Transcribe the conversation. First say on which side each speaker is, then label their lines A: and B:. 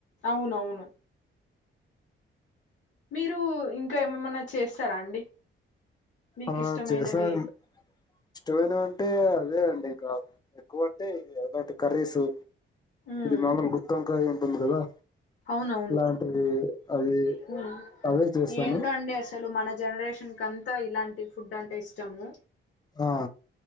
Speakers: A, on the left; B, on the left.
A: అవునవును మీరు ఇంకా ఏమమన్నా చేస్తారా అండి మీకు
B: ఆ
A: ఇష్టమైనవి
B: చేశాం ఇష్టమైన అంటే అదే అండి ఇక ఎక్కువ అంటే అలాంటి కర్రీసు
A: ఉమ్
B: మామూలుగ గుత్తొంకాయ ఉంది కదా
A: అవునవును
B: లాంటివి అవి
A: హ్మ్
B: అవే చేస్తాను
A: ఏంటో అండి అసలు మన జనరేషన్ కంత అంత ఇలాంటి ఫుడ్ అంటే ఇష్టము
B: ఆ